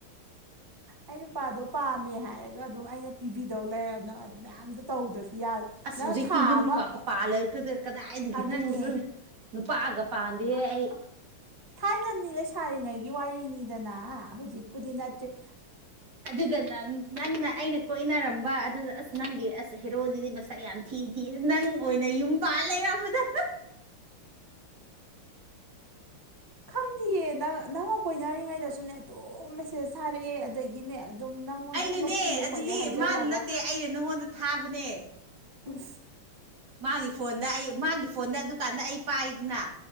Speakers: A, on the right; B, on the right.
A: ꯑꯩ ꯅꯨꯄꯥꯗꯣ ꯄꯥꯝꯃꯦ ꯍꯥꯏꯔꯒ ꯑꯗꯨꯝ ꯑꯩꯅ ꯄꯤꯕꯤꯗꯧ ꯂꯩꯔꯕꯅ ꯑꯗꯨ ꯃꯌꯥꯝꯗꯣ ꯇꯧꯗ꯭ꯔꯁꯨ ꯌꯥ
B: ꯑꯁ
A: ꯅꯪ
B: ꯍꯧꯖꯤꯛꯇꯤ
A: ꯊꯥ
B: ꯌꯨꯝ
A: ꯑꯃ
B: ꯀ ꯄꯥꯜꯂꯒ ꯀꯗꯥꯏꯗꯒꯤ
A: ꯑꯗꯨꯅꯦ
B: ꯅꯪ ꯅꯨ ꯄꯥꯛꯒ ꯄꯥꯗꯦ ꯑꯩ
A: ꯑꯩꯅꯅꯤ ꯂꯩꯁꯥꯔꯤꯉꯩꯒꯤ ꯋꯥꯔꯤꯅꯤꯗꯅ ꯍꯧꯖꯤꯛꯄꯨꯗꯤ ꯅꯠꯇꯦ
B: ꯑꯗꯨꯒꯅ ꯅꯪꯅ ꯑꯩꯅ ꯀꯣꯏꯅꯔꯝꯕ ꯑꯗꯨꯗ ꯑꯁ ꯅꯪꯒꯤ ꯑꯁ ꯍꯦꯔꯣꯖꯤꯗꯤ ꯃꯁꯛ ꯌꯥꯝ ꯊꯤ ꯊꯤ ꯅꯪ ꯑꯣꯏꯅ ꯌꯨꯝ ꯄꯥ ꯂꯩꯔꯝꯕꯗ <inaudible>
A: ꯅꯪꯗꯤꯌꯦ ꯅꯪꯒ ꯀꯣꯏꯅꯔꯤꯉꯩꯗꯁꯨꯅꯦ ꯑꯗꯨꯝ ꯃꯦꯁꯦꯁ ꯊꯥꯔꯛꯑꯦ ꯑꯗꯒꯤꯅꯦ ꯑꯗꯨꯝ ꯅꯪꯉꯣꯟꯗ
B: ꯑꯩꯅꯅꯦ
A: ꯊꯕꯛ ꯆꯤꯜꯂꯦ
B: ꯑꯗꯨꯗꯤ
A: ꯈꯣꯠꯂꯦ ꯍꯥꯏꯖꯜꯂꯒ
B: ꯃꯥꯅ ꯅꯠꯇꯦ ꯑꯩꯅ ꯅꯉꯣꯟꯗ ꯊꯥꯕꯅꯦ
A: ꯎ
B: ꯃꯥꯒꯤ ꯐꯣꯟꯗ ꯑꯩ ꯃꯥꯒꯤ ꯐꯣꯟꯗ ꯑꯗꯨꯗꯨꯀꯥꯟꯗ ꯑꯩ ꯄꯥꯏꯗꯅ